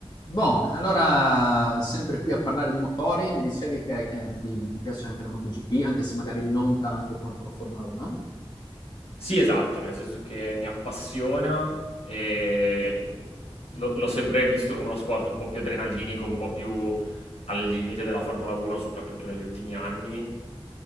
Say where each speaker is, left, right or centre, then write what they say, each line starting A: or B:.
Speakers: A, on the left; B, on the left.
A: Boh, allora sempre qui a parlare di motori, mi dicevi che, che ti, ti piace anche la MotoGP, anche se magari non tanto quanto la Formula 1.
B: Sì, esatto, nel senso che mi appassiona e l'ho l'ho sempre visto come uno sport un po' più adrenalinico, un po' più al limite della Formula 1, soprattutto negli ultimi anni,